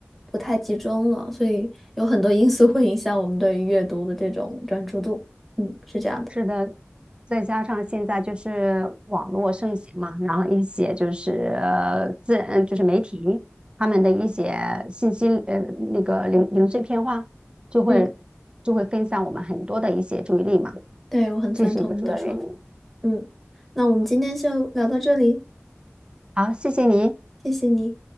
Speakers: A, in the centre; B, on the right.
A: 不太集中了，所以有很多因素会影响我们对于阅读的这种专注度。嗯，是这样的。
B: 是的，再加上现在就是网络盛行嘛，然后一些就是呃自嗯就是媒体他们的一些信息呃那个零零碎片化，就会
A: 嗯，
B: 就会分散我们很多的一些注意力嘛，
A: 对，我很赞同你的说法。
B: 这是一个主要原因。
A: 嗯，那我们今天就聊到这里，
B: 好，谢谢你。
A: 谢谢你。